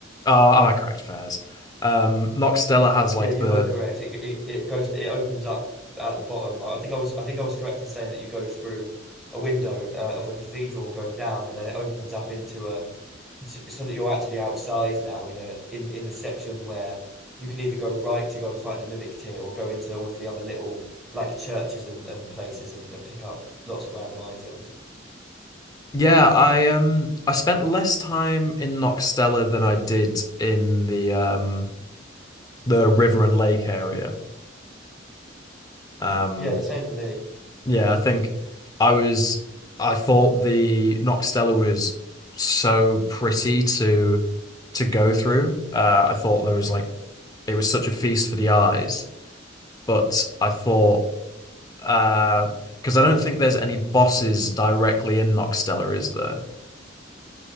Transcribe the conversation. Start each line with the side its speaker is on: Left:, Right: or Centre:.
Left: oh, am I correct, Fairs? Um, Noxtella has like
Centre: Yeah, you
Left: the
Centre: were correct. It it, it goes it opens up at the bottom. I think I was I think I was correct in saying that you go through a window uh, of a cathedral and go down, and then it opens up into a so that you're actually outside now in a in in the section where you can either go right to go and fight the Mimic Tier or go into all of the other little like churches and, and places and, and pick up lots of random items.
Left: yeah. I um I spent less time in Noxtella than I did in the um the river and lake area. Um,
Centre: Yeah, the same for me.
Left: Yeah, I think I was I thought the Noxtella was so pretty to to go through. Uh I thought there was like it was such a feast for the eyes, but I thought uh because I don't think there's any bosses directly in Noxtella, is there?